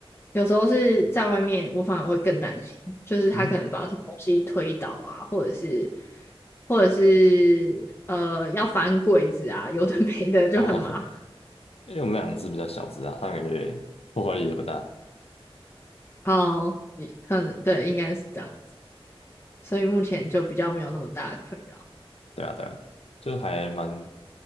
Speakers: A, on the left; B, on the left.
A: 有时候是在外面，我反而会更担心，就是它可能把什么东西推倒啊，
B: 嗯。
A: 或者是或者是呃要翻柜子啊，有的没的就很麻烦。
B: 哦，<laughs> 因为我们两只比较小只啊，它们感觉破坏力也不大。
A: 好，你可能对，应该是这样子，所以目前就比较没有那么大的困扰。
B: 对啊，对啊，就还蛮